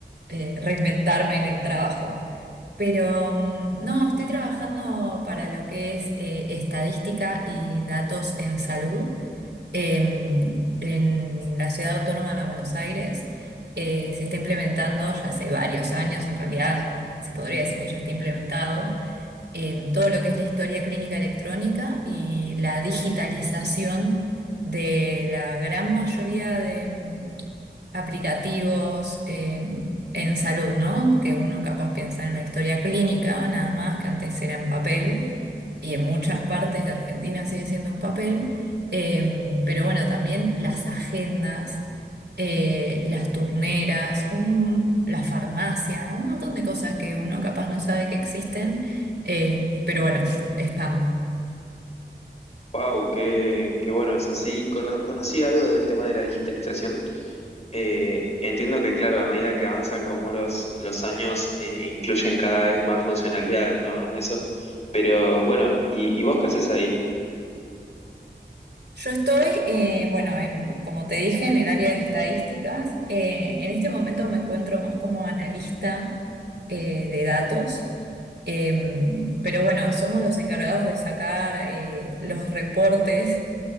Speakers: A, on the right (about 65°); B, on the left (about 35°).
A: eh, reinventarme en el trabajo. Pero mm, no, estoy trabajando para lo que es eh, estadística y datos en salud. Em, en la Ciudad Autónoma de Buenos Aires eh, se está implementando ya hace varios años, en realidad se podría decir que ya está implementado, em, todo lo que es la historia clínica electrónica y la digitalización de la gran mayoría de em, aplicativos em, en salud, ¿no? Que uno capaz piensa en la historia clínica, nada más que antes era en papel y en muchas partes de Argentina sigue siendo en papel, eh, pero bueno, también las agendas, eh, las turneras, un- la farmacia, un montón de cosas que uno capaz no sabe que existen, eh, pero bueno, están.
B: Wow, qué, qué bueno eso. Sí, cono- conocí algo del tema de la digitalización. Eh, entiendo que, claro, a medida que avanzan como los, los años, eh, incluyen cada vez más funcionalidades, ¿no? A Eso. Pero bueno, ¿y, y vos qué haces ahí?
A: Yo estoy, eh, bueno, en, como te dije, en el área de estadísticas. Eh, en este momento me encuentro más como analista, eh, de datos. Em, pero bueno, somos los encargados de sacar eh, los reportes